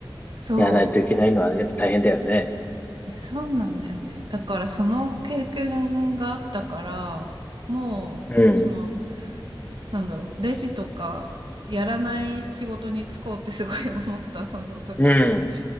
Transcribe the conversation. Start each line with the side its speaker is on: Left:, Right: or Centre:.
Right: そう。
Left: やらないといけないのは、やっぱ大変だよね。
Right: いや、そうなんだよね。だからその経験があったから、もう、
Left: うん。
Right: その、なんだろう、レジとか、やらない仕事に就こうってすごい思った、<laughs> その時に。
Left: うん。